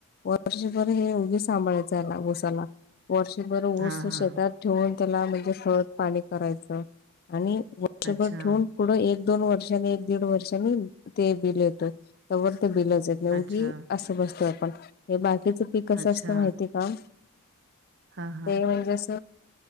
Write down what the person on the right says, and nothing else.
हां, हां.
अच्छा.
अच्छा.
अच्छा.
हां, हां.